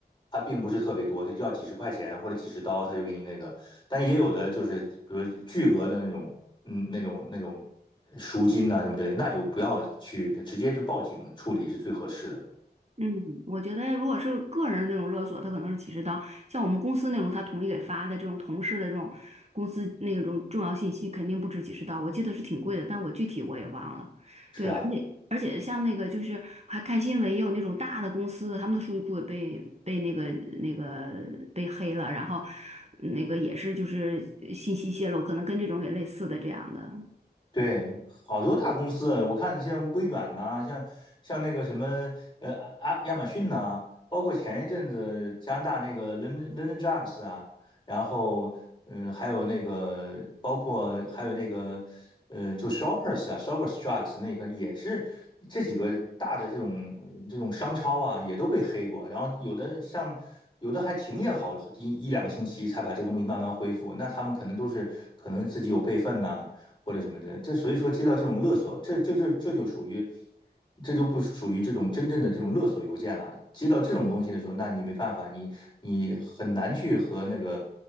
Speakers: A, on the left; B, on the right.
A: 他并不是特别多，他就要几十块钱或者几十刀，他就给你那个。但也有的就是，比如巨额的那种嗯，那种那种赎金呐、什么之类的那就不要去，直接就报警处理是最合适的。
B: 嗯，我觉得如果是个人的这种勒索，他可能是几十刀；像我们公司那种，他统一给发的这种同事的这种公司那种重要信息，肯定不止几十刀。我记得是挺贵的，但我具体我也忘了。
A: 是啊，
B: 对，而且而且像那个就是还看新闻，也有那种大的公司的，他们的数据库也被被那个那个被黑了，然后那个也是就是信息泄露，可能跟这种也类似的这样的。
A: 对，好多大公司啊我看像微软呐、像像那个什么呃啊亚马逊呐、包括前一阵子加拿大那个 London London Drugs 啊，然后嗯，还有那个包括还有那个呃，就 Shoppers 啊，Shoppers Drugs 那个也是这几个大的这种这种商超啊，也都被黑过，然后有的像。有的还停业了好一一两个星期，才把这个东西慢慢恢复。那他们可能都是可能自己有备份呐、或者什么的，这所以说接到这种勒索，这这这这就属于，这就不属于这种真正的这种勒索邮件了。接到这种东西的时候，那你没办法，你你很难去和那个